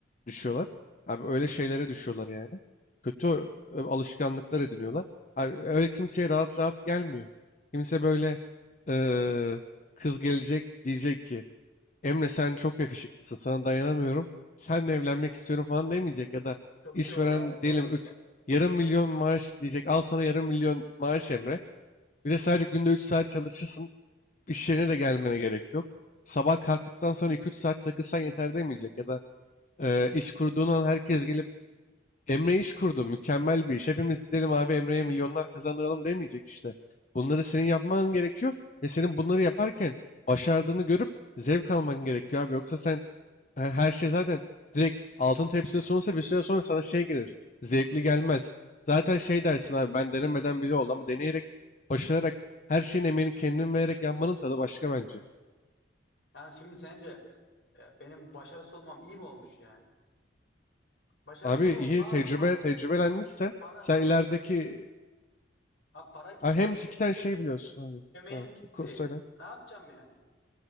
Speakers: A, on the left; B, on the left.
A: düşüyorlar. Abi öyle şeylere düşüyorlar yani. Kötü e, alışkanlıklar ediniyorlar. Abi öyle kimseye rahat rahat gelmiyor. Kimse böyle e, kız gelecek diyecek ki Emre sen çok yakışıklısın sana dayanamıyorum. Seninle evlenmek istiyorum falan demeyecek ya da
B: Çok
A: işveren
B: iyi olur abi bu
A: diyelim
B: arada.
A: 3 yarım milyon maaş diyecek. Al sana yarım milyon maaş Emre. Bir de sadece günde 3 saat çalışırsın. İş yerine de gelmene gerek yok. Sabah kalktıktan sonra iki üç saat takılsan yeter demeyecek ya da e, iş kurduğun an herkes gelip Emre iş kurdu mükemmel bir iş. Hepimiz gidelim abi Emre'ye milyonlar kazandıralım demeyecek işte. Bunları senin yapman gerekiyor ve senin bunları yaparken başardığını görüp zevk alman gerekiyor abi. Yoksa sen He- Her şey zaten direkt altın tepside sunulsa bir süre sonra sana şey gelir. Zevkli gelmez. Zaten şey dersin abi ben denemeden bile oldu ama deneyerek, başararak, her şeyin emeğini kendin vererek yapmanın tadı başka bence.
B: Yani şimdi sence e, benim başarısız olmam iyi mi olmuş yani? Başarısız
A: Abi
B: oldum
A: iyi
B: abi.
A: tecrübe,
B: Pa-
A: tecrübelenmişsen
B: pa- para
A: sen
B: para
A: ilerideki
B: gi- ha, para gitti.
A: Ha, hem iki tane şey biliyorsun abi.
B: Emeğim
A: Ha,
B: gitti.
A: ko- Söyle.
B: Ne yapacağım yani?